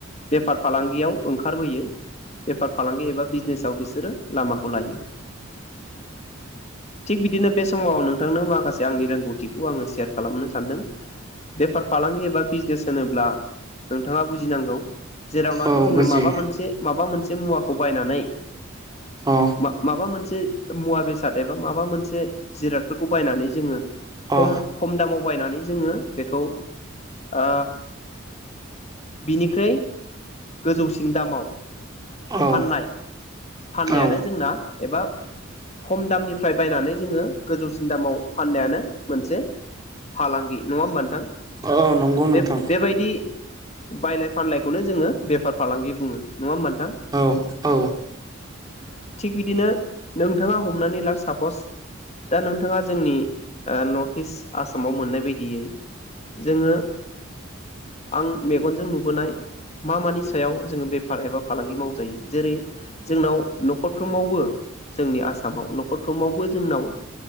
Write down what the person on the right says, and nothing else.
औ
बुजियो
अ
अ
औ
औ
औ नंगौ
नोंथां
औ औ